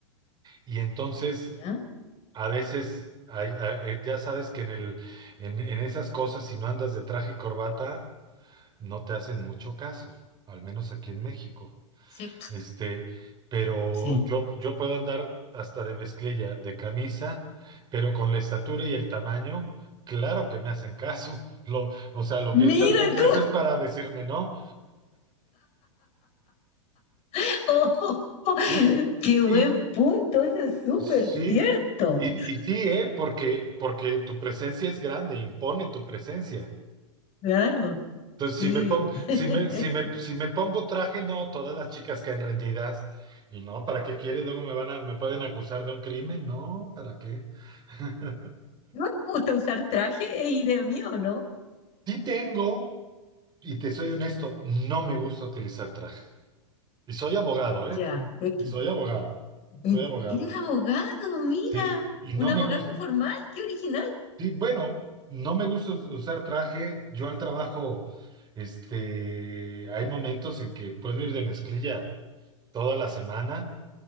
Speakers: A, on the right; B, on the left.
A: Y entonces
B: ¿Ya?
A: A veces, hay- a- eh, ya sabes que en el, en, en esas cosas, si no andas de traje y corbata, no te hacen mucho caso, al menos aquí en México.
B: Sí.
A: Este, pero
B: Sí.
A: yo, yo puedo andar hasta de mezclilla, de camisa, pero con la estatura y el tamaño, claro que me hacen caso. <laughs> Lo, o sea, lo
B: Mira
A: piensan dos veces
B: tú.
A: para decirme no.
B: <laughs> ¡Oh!
A: Y,
B: qué buen
A: y
B: punto. Eso es súper
A: sí,
B: cierto.
A: y, y sí, ¿eh? Porque, porque tu presencia es grande, impone tu presencia.
B: Claro.
A: Entonces,
B: Sí.
A: si me pongo,
B: <laughs>
A: si me, si me, si me pongo traje, no, todas las chicas quedan rendidas. Y no, ¿para qué quieres? Luego me van a, me pueden acusar de un crimen. No, ¿para qué? <laughs>
B: ¿No te gusta usar traje e ir de mí o no?
A: Sí tengo, y te soy honesto, no me gusta utilizar traje. Y soy abogado,
B: Ya.
A: ¿eh?
B: es que-
A: Y soy abogado.
B: Mm.
A: Soy abogado.
B: Eres abogado, mira.
A: Sí, y
B: Un
A: no
B: abogado
A: me gusta,
B: informal. Qué original.
A: bueno, no me gusta us- usar traje. Yo al trabajo, este, hay momentos en que puedo ir de mezclilla toda la semana.